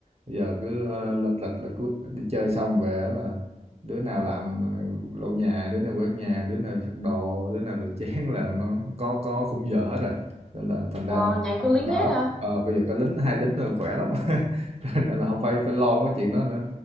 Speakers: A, on the right; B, in the centre.
A: bây giờ cứ ờ,
B: ừ.
A: lâm lịch là cứ đi chơi xong về là đứa nào làm ờ, lau nhà đứa nào quét nhà đứa nào giặt đồ đứa nào rửa chén là nó có có khung giờ hết rồi nên là thành ra
B: Wow,
A: mình
B: nhà anh
A: anh
B: có lính
A: cũng đỡ
B: hết hả?
A: ờ bây giờ có lính hai lính rồi khỏe lắm <laughs> nên là không phải phải lo cái chuyện đó nữa